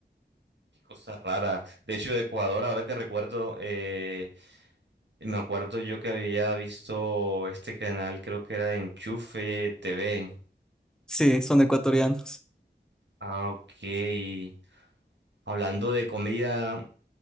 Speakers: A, on the right; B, in the centre.
A: Qué cosa rara. De hecho, de Ecuador, ahora que recuerdo, eh, me acuerdo yo que había visto este canal, creo que era de Enchufe TV.
B: Sí, son ecuatorianos.
A: Ah, ok. Hablando de comida,